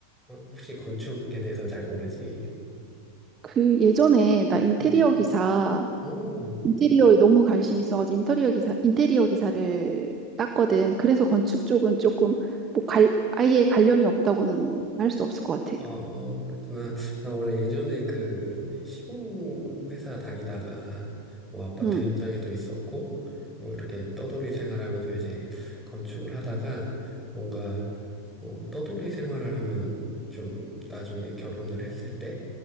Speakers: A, in the centre; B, on the right.
A: 혹시 건축에 대해서는 잘 모르지?
B: 그 예전에 나 인테리어
A: 음.
B: 기사
A: 오.
B: 인테리어에 너무 관심 있어가지고 인테리어 기사 인테리어 기사를 땄거든. 그래서 건축 쪽은 조금 뭐 갈, 아예 관련이 없다고는 할 수 없을 것 같아.
A: 아, 그렇구나. 나 원래 예전에 그 시공 회사 다니다가 뭐 아파트
B: 응,
A: 현장에도 있었고 뭐 이렇게 떠돌이 생활하면서 이제 건축을 하다가 뭔가 어, 떠돌이 생활을 하면 좀 나중에 결혼을 했을 때